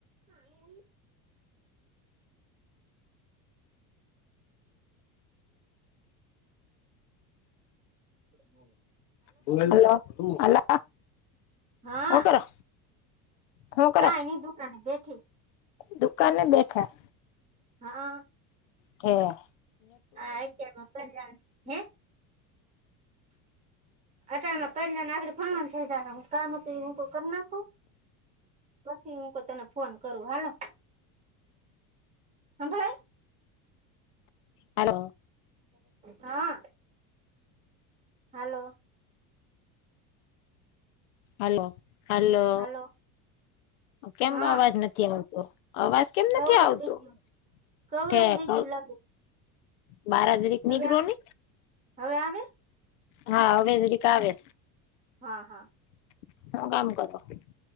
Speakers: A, on the right; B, on the left.
A: હા એ બોલો,
B: હલો હલો
A: હા
B: હું કરો હું કરો
A: કાઈ ની દુકાન બેઠી
B: દુકાને બેઠા
A: હા
B: ઠે
A: હા કે એમાં પણ જા હે અટારણમાં પહેલી જને આગડી ફવા થઈ જાહે કામ હતું એ હ કરી નાખું પછી હું તને ફોન કરું હાલો હમભડાય
B: હલો
A: હા હલો
B: હલો હલો
A: હાલો
B: કેમ
A: હા
B: અવાજ નથી આવતો અવાજ કેમ
A: કવરેજ
B: નથી આવતું
A: વઈ ગયું કવરેજ
B: ઠેક
A: વઈ ગયું લાગે
B: બાર જરીક
A: હવે
B: નીકળો ને
A: હવે આવે
B: હા હવે જીરીક આવે
A: હા હા
B: <unintelligible>